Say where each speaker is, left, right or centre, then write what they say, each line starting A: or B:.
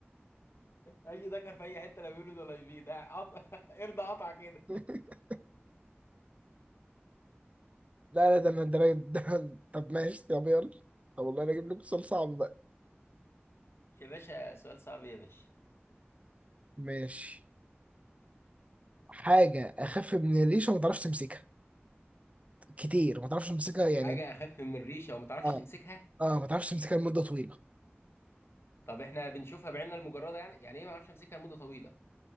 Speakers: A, on the left; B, on the right.
A: اي دكر في اي حته لا بيولد ولا يبيض عض... <laughs> ارضى قطع كده
B: <laughs> لا لا ده انا ده, أنا- ده طب ماشي طب يلا طب والله انا اجيب لك سؤال صعب بقى
A: يا باشا سؤال صعب يا باشا
B: ماشي حاجة اخف من الريشة وما تعرفش تمسكها كتير ما تعرفش تمسكها يعني
A: حاجه اخف من الريشه وما تعرفش
B: اه
A: تمسكها
B: اه ما تعرفش تمسكها لمدة طويلة
A: طب احنا بنشوفها بعيننا المجرده يعني يعني ايه ما اعرفش امسكها لمده طويله